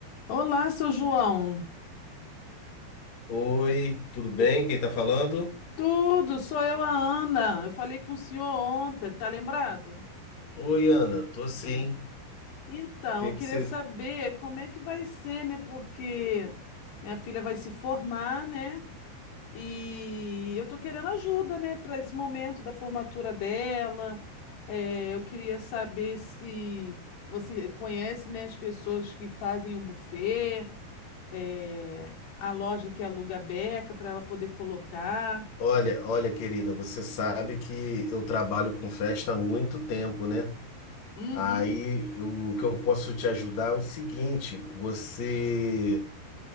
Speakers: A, on the left; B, on the left.
A: Olá, seu João.
B: Oi, tudo bem?
A: Tu-
B: Quem tá falando?
A: tudo, sou eu, a Ana. Eu falei com o senhor ontem, tá lembrado?
B: Oi, Ana, tô sim.
A: Então,
B: Que
A: eu queria
B: que você...
A: saber como é que vai ser, né? Porque minha filha vai se formar, né? E eu tô querendo ajuda, né, para esse momento da formatura dela. É, eu queria saber se você conhece, né, as pessoas que fazem o buffet, é, a loja que aluga a beca para ela poder colocar.
B: Olha, olha, querida, você sabe que eu trabalho com festa há muito tempo, né?
A: Uhum.
B: Aí eu- o que eu posso te ajudar é o seguinte: você